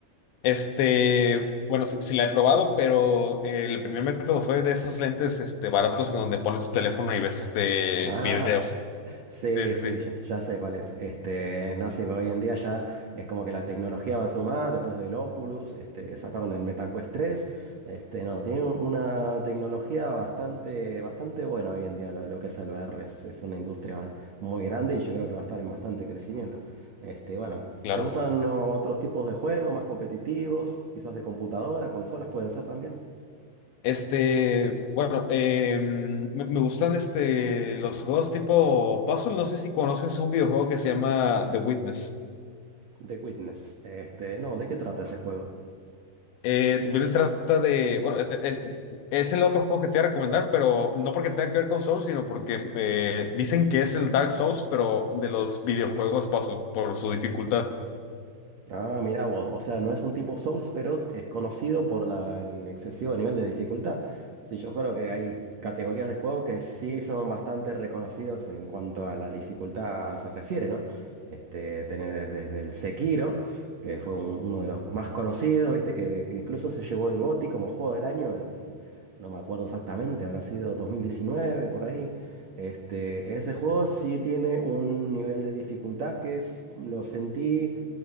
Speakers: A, on the left; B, on the right.
A: Este, bueno, sí, sí la he probado, pero eh, el primer método fue de esos lentes este, baratos en donde pones tu teléfono y ves
B: <laughs>
A: este,
B: Ah,
A: videos.
B: Sí,
A: Sí, sí,
B: sí,
A: sí,
B: ya, ya sé cuál es. Este, no sé, pero hoy en día ya es como que la tecnología avanzó más, después del Oculus, este, sacaron el MetaQuest 3. Este, no, tiene un- una tecnología bastante, bastante buena hoy en día lo, lo que es el VR. Es, es una industria muy grande y yo creo que va a estar en bastante crecimiento. Este, bueno,
A: claro.
B: ¿te gustan los otros tipos de juegos más competitivos? Quizás de computadora, consolas pueden ser también.
A: Este, bueno, eh, me, me gustan este, los juegos tipo puzzle. No sé si conoces un videojuego que se llama The Witness.
B: The Witness. Este, no, ¿de qué trata ese juego?
A: Eh, Witness trata de, bueno, es, es- es el otro juego que te voy a recomendar, pero no porque tenga que ver con Souls, sino porque eh, dicen que es el Dark Souls, pero de los videojuegos puzzle, por su dificultad.
B: Ah, mira vos, o sea, no es un tipo Souls, pero es conocido por la- el excesivo nivel de dificultad. Sí, yo creo que hay categorías de juegos que sí son bastante reconocidos en cuanto a la dificultad se refiere, ¿no? Este, tenés desde, desde el Sekiro, que fue un- uno de los más conocidos, ¿viste? Que, que incluso se llevó el GOTY como juego del año en- no me acuerdo exactamente, habrá sido 2019, por ahí. Este, ese juego sí tiene un nivel de dificultad que es, lo sentí.